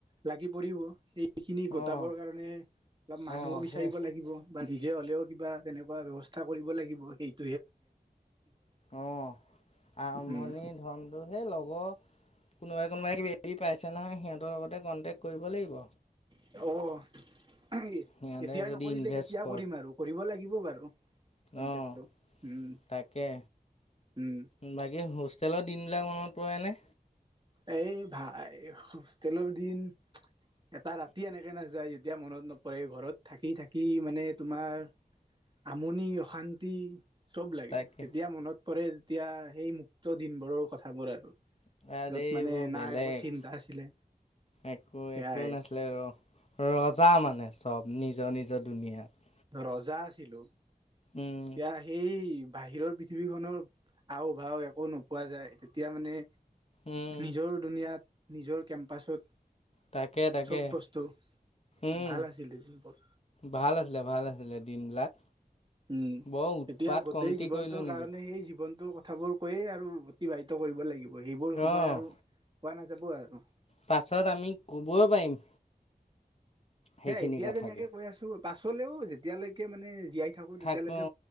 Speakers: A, on the right; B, on the left.
A: লাগি পৰিব সেই সেইখিনি গোটাবৰ
B: অঁ
A: কাৰণে অলপ মানুহো
B: অঁ
A: বিচাৰিব
B: সেই
A: লাগিব বা নিজে হলেও কিবা তেনেকুৱা ব্যৱস্থা ব কৰিব লাগি বহি।
B: অ আৰম্ভণি
A: উম
B: ধনটো হেই লগৰ কোনোবাই কোনোবাই কিবা কিবি পাইছে নহয় সিহঁতৰ লগতে কণ্টেক্ট কৰিব লাগিব।
A: অ'
B: সিহঁতে
A: এতিয়াই
B: যদি
A: নকৰিলে
B: ইনভেষ্ট
A: কেতিয়া
B: কৰ
A: কৰিম আৰু কৰিব লাগিব বাৰু কন্টেকটো
B: অঁ,
A: উম
B: তাকে
A: উম
B: বাকী হোষ্টেলৰ দিনবিলাক মনত পৰেনে?
A: এই ভাই হোষ্টতেলৰ দিন এটা ৰাতি এনেকে নাযায় এতিয়া মনত নপৰে, ঘৰত থাকি থাকি মানে তোমাৰ আমনি অশান্তি চব লাগে
B: তাকে
A: তেতিয়া মনত কৰে তেতিয়া সেই মুক্ত দিন বোৰৰ কথাবোৰ আৰু।
B: সচা
A: য'ত
B: দেই
A: মানে
B: বৰ
A: নাই
B: বেলেগ
A: একো চিন্তা আছিলে
B: একো
A: সেয়াই
B: একো নাছিলে ৰ ৰজা মানে। চব নিজৰ নিজৰ দুুনিয়াত।
A: ৰজা আছিলো। তেতিয়া
B: উম,
A: সেই বাহিৰৰ পৃথিৱীখনৰ আও ভাও একো ন পোৱা যায় তেতিয়া মানে
B: উম,
A: নিজৰ দুুনিয়াত নিজৰ কেম্পাছত
B: তাকে তাকে
A: চব বস্তু
B: হম
A: ভাল আছিলে যোনবোৰ
B: ভাল আছিলে ভাল আছিলে দিনবিলাক
A: উম
B: বৰ উৎপাত
A: এতিয়া গোটেই
B: কমটি
A: জীৱনটোৰ
B: কৰিলোঁ নেকি
A: কাৰণে সেই জীৱন তোৰ কথাবোৰ কৈয়ে আৰু অতিবাহিত কৰিব লাগিব এইবোৰ সময়
B: অ',
A: আৰু পোৱা নাযাব আৰু
B: পাছত আমি ক'ব পাৰিম সেইখিনি
A: সেই এতিয়া
B: কথাকে
A: যেনেকে কৈ আছো পাছলেও যেতিয়ালৈকে মানে জীয়াই থাকো
B: থাকোঁ
A: তেতিয়ালৈকে